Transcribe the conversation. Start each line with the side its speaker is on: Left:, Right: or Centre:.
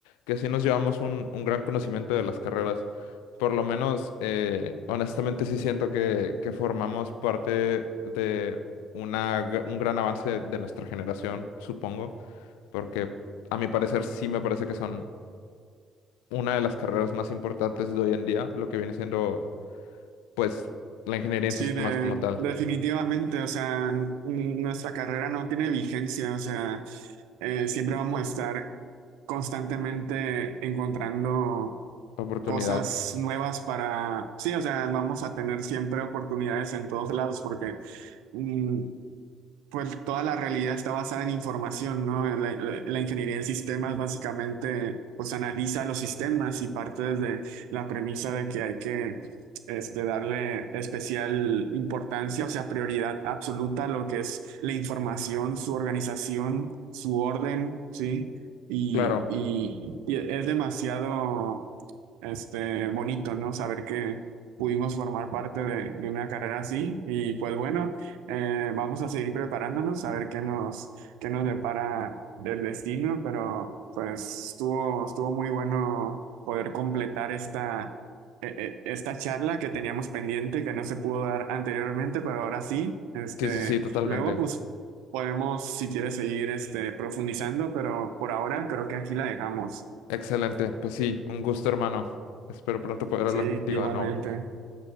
Left: que sí nos llevamos un, un gran conocimiento de las carreras. Por lo menos, eh, honestamente, sí siento que, que formamos parte de una, gr- un gran avance de nuestra generación, supongo, porque a mi parecer sí me parece que son una de las carreras más importantes de hoy en día, lo que viene siendo, pues, la ingeniería
Right: Sí,
Left: en sistemas
Right: de-
Left: como tal.
Right: definitivamente, o sea, n- nuestra carrera no tiene vigencia, o sea, eh, siempre vamos a estar constantemente encontrando
Left: Oportunidad.
Right: cosas nuevas para, sí, o sea, vamos a tener siempre oportunidades en todos lados porque mm, pues toda la realidad está basada en información, ¿no? La, la- la ingeniería en sistemas básicamente pues analiza los sistemas y parte desde la premisa de que hay que este, darle especial importancia, o sea, prioridad absoluta a lo que es la información, su organización, su orden, ¿sí? Y,
Left: Claro.
Right: y- y es demasiado este, bonito, ¿no? Saber que pudimos formar parte de de una carrera así y pues bueno. Eh, vamos a seguir preparándonos a ver qué nos, qué nos depara del destino, pero pues estuvo, estuvo muy bueno poder completar esta, e- e- esta charla que teníamos pendiente, que no se pudo dar anteriormente, pero ahora sí. Este,
Left: Sí, sí, sí, totalmente.
Right: luego, pues podemos, si quieres, seguir este, profundizando, pero por ahora creo que aquí la dejamos.
Left: Excelente. Pues sí, un gusto, hermano. Espero pronto poder
Right: Sí,
Left: hablar
Right: igualmente.
Left: contigo de nuevo.